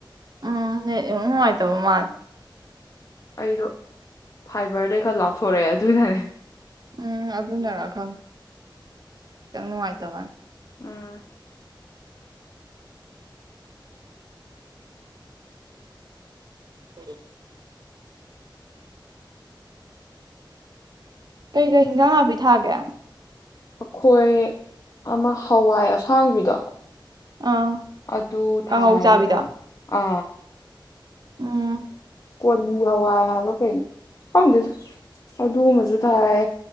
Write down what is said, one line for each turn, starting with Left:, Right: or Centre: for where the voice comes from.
Right: ꯎꯝ ꯅꯦꯠ ꯏꯅꯨꯡ ꯅꯨꯡꯉꯥꯏ ꯇꯕ ꯃꯥꯜꯂꯦ
Left: ꯑꯩꯗꯣ ꯐꯥꯏꯕꯔꯗꯩ ꯈꯔ ꯂꯥꯞꯊꯣꯔꯛꯑꯦ ꯑꯗꯨꯅꯅꯦ
Right: ꯎꯝ ꯑꯗꯨꯅꯔ ꯈꯪ ꯈꯤꯇꯪ ꯅꯨꯡꯉꯥꯏꯇꯕꯥ
Left: ꯑꯥ
Right: <inaudible> ꯀꯩꯀꯩ ꯍꯤꯟꯖꯥꯡ ꯅꯥꯄꯤ ꯊꯥꯔꯒꯦ
Left: ꯑꯈꯣꯏ ꯑꯃ ꯍꯋꯥꯏ ꯑꯁꯥꯡꯕꯤ ꯗ
Right: ꯑꯥ
Left: ꯑꯗꯨ
Right: ꯀꯥꯡꯉꯧ
Left: ꯊꯥꯏ
Right: ꯆꯥꯕꯤꯗꯣ
Left: ꯑꯗꯣ ꯑ
Right: ꯎꯝ
Left: ꯀꯣꯂꯤ ꯍꯋꯥꯏ ꯍꯥꯏꯕ ꯀꯩꯩꯅꯣ ꯈꯪꯗꯦꯗ ꯑꯗꯨꯝꯕꯁꯨ ꯊꯥꯏ